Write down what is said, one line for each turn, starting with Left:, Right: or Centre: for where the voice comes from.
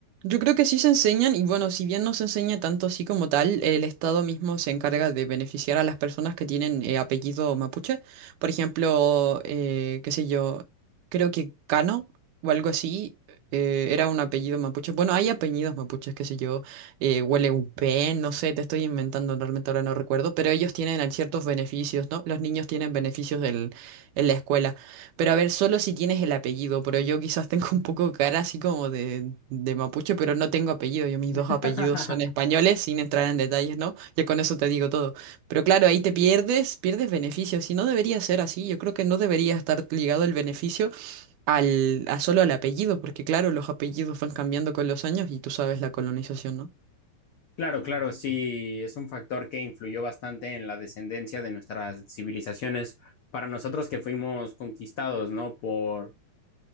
Right: Yo creo que sí se enseñan y bueno, si bien no se enseña tanto así como tal, el Estado mismo se encarga de beneficiar a las personas que tienen eh, apellido mapuche. Por ejemplo, eh, qué sé yo, creo que Cano o algo así eh, era un apellido mapuche. Bueno, hay apellidos mapuches, qué sé yo, eh, Hueleupe, no sé, te estoy inventando, realmente ahora no recuerdo, pero ellos tienen ciertos beneficios, ¿no? Los niños tienen beneficios del, en la escuela. Pero a ver, solo si tienes el apellido, pero yo quizás tengo un poco cara así como de, de mapuche, pero no tengo apellido. Yo mis
Left: <laughs>
Right: dos apellidos son españoles, sin entrar en detalles, ¿no? Ya con eso te digo todo. Pero claro, ahí te pierdes, pierdes beneficios. Y no debería ser así. Yo creo que no debería estar ligado el beneficio al, a solo al apellido, porque claro, los apellidos van cambiando con los años y tú sabes la colonización, ¿no?
Left: Claro, claro, sí, es un factor que influyó bastante en la descendencia de nuestras civilizaciones para nosotros que fuimos conquistados, ¿no? Por,